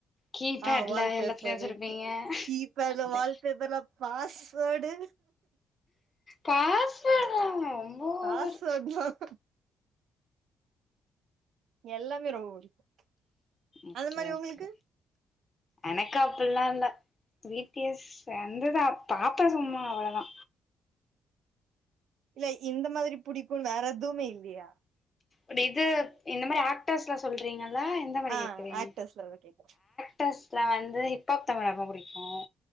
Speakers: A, on the left; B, on the right.
A: கீபேட்ல
B: ஆ வால்பேப்பர்
A: எல்லாத்துலயு வச்சிருப்பீங்க
B: கீ பேட்ல
A: அது
B: வால்பேப்பர்ல பாஸ்வேர்டு
A: பாஸ்வேடாங் ரொம்ப
B: பாஸ்வேடு
A: ஓவர்
B: தான் எல்லாமே ரொம்ப பிடிக்கும்
A: ஓகே
B: அந்த மாரி
A: ஓகே
B: உங்களுக்கு
A: எனக்கு அப்படில்லா இல்ல வீட்ல சேந்துதா பாப்ப சும்மா அவ்ளதா
B: இல்ல இந்த மாதிரி பிடிக்கும் வேற எதுமே இல்லயா
A: இப்ப இது இந்த மாதிரி ஆக்டர்ஸ்ல சொல்றீங்களல்ல எந்த மாதிரி
B: ஆ
A: கேக்குறீங்க
B: ஆக்டர்ஸ்ல தா கேக்குறே
A: டெஸ்ல வந்து ஹிப்ஹாப் தமிழி ரொம்ப புடிக்கும்